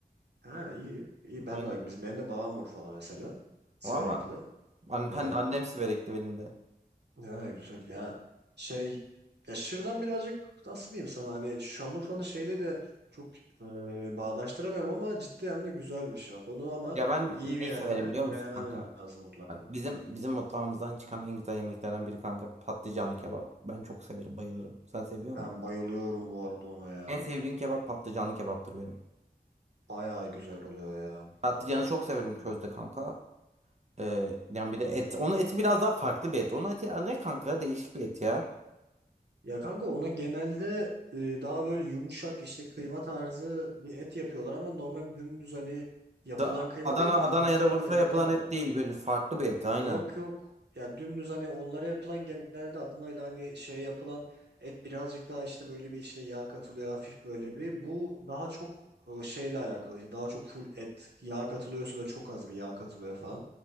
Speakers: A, on the right; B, on the right.
A: Ha iyi. İyi ben
B: Aynen.
A: de bak biz ben de babam vur falan mesela. Sürekli.
B: Valla. An,
A: He.
B: ben, annem Siverekli benim de.
A: Ha, güzel ya. Şey ya Şırdan birazcık nasıl diyeyim sana hani Şanlıurfa'nın şeyle de çok e, bağdaştıramıyorum ama ciddi anlamda güzel bir şey bak. Onu ama
B: Ya ben
A: iyi bir
B: neyi
A: yerde
B: severim biliyor
A: denemen
B: musun kanka?
A: lazım mutlaka.
B: Bak bizim bizim mutfağımızdan çıkan en güzel yemeklerden biri kanka patlıcanlı kebap. Ben çok severim, bayılırım. Sen seviyor
A: Ben
B: musun?
A: bayılıyorum bu arada ona ya.
B: En sevdiğim kebap patlıcanlı kebaptır benim.
A: Bayağı güzel oluyor ya.
B: Patlıcanı çok severim
A: Yani
B: közde kanka. Ee, yani bir de et. Onun eti biraz daha farklı bir et. Onun eti ne kanka? Değişik bir et ya.
A: Ya kanka ona genelde e, daha böyle yumuşak işte kıyma tarzı bir et yapıyorlar ama normal dümdüz hani yapılan
B: Da,
A: kıyma
B: Adana
A: değil de farklı
B: Adana ya
A: farklı
B: da Urfa
A: etlerle.
B: yapılan et değil böyle farklı bir et aynen.
A: Yok yok ya dümdüz hani onlara yapılan genelde adımıyla hani şey yapılan et birazcık daha işte böyle bir içine yağ katılıyor hafif böyle bir. Bu daha çok e, şeyle alakalı işte daha çok full et yağ katılıyorsa da çok az bir yağ katılıyor falan.